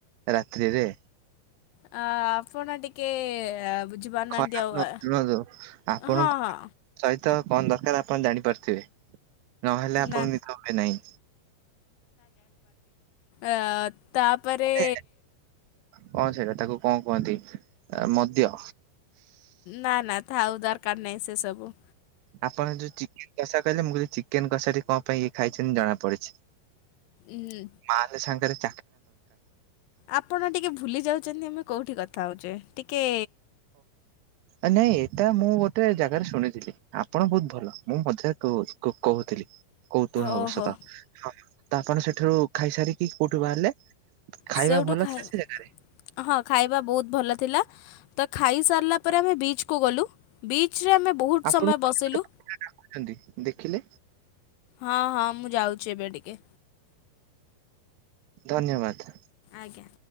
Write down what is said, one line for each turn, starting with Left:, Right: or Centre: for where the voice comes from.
Right: ରାତ୍ରିରେ
Left: ଅ ଆପଣ ଟିକେ ବୁଝିପାରୁନାହାନ୍ତି
Right: ଖରାପ
Left: ଆଉ
Right: ନୁହଁ
Left: ଆ,
Right: ଶୁଣନ୍ତୁ ଆପଣଙ୍କ
Left: ହଁ ହଁ
Right: ସ ତ କଣ ଦରକାର ଆପଣ ଜାଣି ପାରୁଥିବେ। ନହେଲେ ଆପଣ
Left: ନା
Right: ନିତ ହୁଏ ନାଇଁ।
Left: ଆ ତାପରେ।
Right: ଏ କଣ ସେଇଟା ତାକୁ କଣ କୁହନ୍ତି ମଦ୍ୟ?
Left: ନା ନା ଥାଉ ଦରକାର ନାହିଁ ସେ ସବୁ।
Right: ଆପଣ ଯୋଉ ଚିକେନ କଷା କହିଲେ ମୁଁ କହିଲି ଚିକେନ କଷା ଟି କଣ ପାଇଁ ଇଏ ଖାଇଛନ୍ତି ଜଣା ପଡିଚି।
Left: ଉଁ,
Right: ମାଲେ ସାଙ୍ଗେରେ
Left: ଆପଣ ଟିକେ ଭୁଲିଯାଉଚନ୍ତି ମୁଁ କୋଉଠି କଥା ହଉଚେ ଟିକେ
Right: ଆ ନାଇଁ ଏତା ମୁଁ ଗୋତେ ଜାଗାରେ ଶୁଣିଥିଲି ଆପଣ ବହୁତ୍ ଭଲ। ମୁଁ ମଝାକ୍ କହୁଅଛି କ-କୋହୁଥିଲୀ। କୌତୁହଳ
Left: ଓହୋ
Right: ଅବଶ୍ୟତ ତ ଆପଣ ସେଠରୁ ଖାଇସାରିକି କୋଉଠୁ ବାହାରିଲେ? ଖାଇବା
Left: ସେଇଠୁ
Right: ଭଲ
Left: ଖାଏ
Right: ଥିଲା ସେ ଜାଗାରେ
Left: -ହଁ ଖାଇବା ବୋହୁତ୍ ଭଲଥିଲା। ତ ଖାଇସରିଲା ପରେ ଆମେ ବିଚ୍ କୁ ଗଲୁ। ବିଚ୍ ଚ୍ ରେ ଆମେ ବୋହୁତ୍
Right: ଆପଣଙ୍କୁ
Left: ସମୟ ବସିଲୁ।
Right: କିଏ ଗୋଟେ କହୁଛନ୍ତି ଦେଖିଲେ
Left: ହଁ ହଁ ମୁ ଯାଉଛି ଏବେ ଟିକେ।
Right: ଧନ୍ୟବାଦ୍।
Left: ଆଜ୍ଞା।